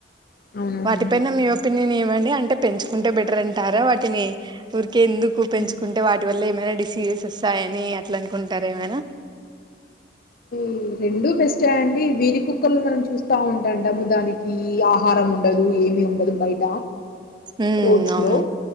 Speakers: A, on the left; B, on the right.
A: అవునవునండి
B: వాటిపైైన మీ ఒపీనియన్ ఏంటి అంటే అంటే పెంచుకుంటే బెటర్ అంటారు వాటిని ఊరికే ఎందుకు పెంచుకుంటే
A: ఉమ్.
B: వాటి వల్ల ఏమైనా డిసీజెస్ వస్తాయని అట్లా అనుకుంటార్ ఏమైనా
A: మ్ రెండూ బెస్టే అండి వీరి కుక్కలు మనం చూస్తా ఉంటాంటాము దానికి ఆహారం ఉండదు ఏమి ఉండదు బయట
B: ఉమ్
A: రోడ్స్
B: అవును
A: లో